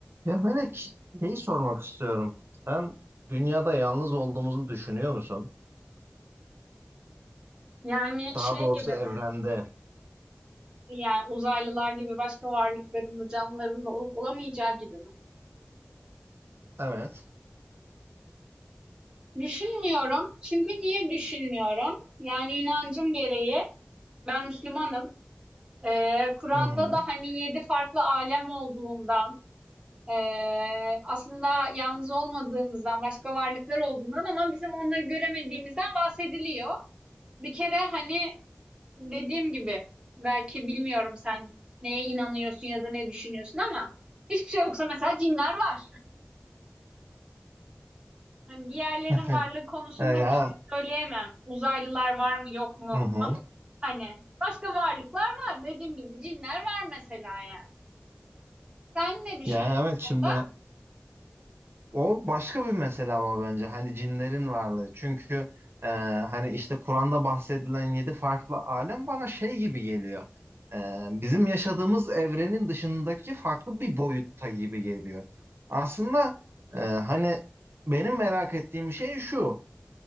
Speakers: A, on the right; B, on the right.
A: Ya Melek, şeyi sormak istiyorum. Sen dünyada yalnız olduğumuzu düşünüyor musun?
B: Yani
A: Daha
B: şey
A: doğrusu
B: gibi mi?
A: evrende.
B: Yani uzaylılar gibi başka varlıkların da canlıların da olup olamayacağı gibi mi?
A: Evet.
B: Düşünmüyorum. Çünkü niye düşünmüyorum? Yani inancım gereği ben Müslümanım. Ee, Kur'an'da
A: Hı hı.
B: da hani yedi farklı alem olduğundan, ee, aslında yalnız olmadığımızdan, başka varlıklar olduğundan ama bizim onları göremediğimizden bahsediliyor. Bir kere hani dediğim gibi belki bilmiyorum sen neye inanıyorsun ya da ne düşünüyorsun ama hiçbir şey yoksa mesela cinler var. Hani diğerlerinin
A: <laughs>
B: varlığı konusunda
A: E Ya,
B: bir şey söyleyemem. Uzaylılar var mı yok mu
A: hı hı.
B: ama hani başka varlıklar var. Dediğim gibi cinler var mesela yani. Sen ne düşünüyorsun
A: Ya evet
B: bu
A: şimdi
B: konuda?
A: o başka bir mesele ama bence hani cinlerin varlığı. Çünkü e, hani işte Kur'an'da bahsedilen yedi farklı alem bana şey gibi geliyor. E, bizim yaşadığımız evrenin dışındaki farklı bir boyutta gibi geliyor. Aslında e, hani benim merak ettiğim şey şu.